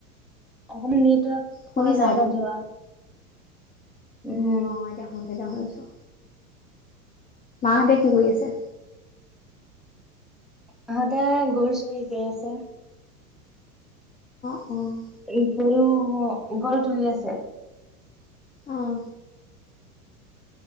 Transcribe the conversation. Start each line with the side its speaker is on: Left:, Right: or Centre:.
Centre: অকমান নিটৱৰ্ক
Left: শুনিছা
Centre: পোৱা জেগাত যোৱা। উম
Left: অহ, এদিয়া শুন এতিয়া শুনিছোঁ। মাহ'তে কি কৰি আছে?
Centre: মা হ'তে গুৰ চৰি দি আছে।
Left: অ'। অ'
Centre: এই গৰু অঁ, উগল তুলি আছে।
Left: অঁ।